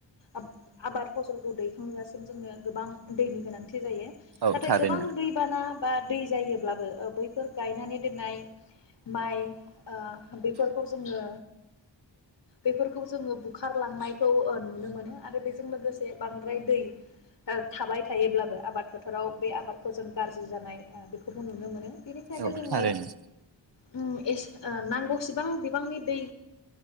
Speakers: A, on the left; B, on the right.
A: आब-आबाद फसलखौ दैखांजासिम जोंनो गोबां दैनि गोनांथि थि जायो
B: औ
A: नाथाय
B: थारैनो
A: गोबां दैबाना बा दै जायोब्लाबो ओ बैफोर गायनानै दोननाय माइ ओ बेफोरखौ जोङो बेफोरखौ जोङो बुखारलांनायखौ ओ नुनो मोनो आरो बेजों लोगोसे बांद्राय दै ओ थाबाय थायोब्लाबो आबाद फोथाराव बे आबादखौ जों गारजि जानाय ओ बेखौबो नुनो मोनो। बेनिखायनो
B: औ
A: जोंनो
B: थारैनो
A: उम एस ओ नांगौसेबां बिबांनि दै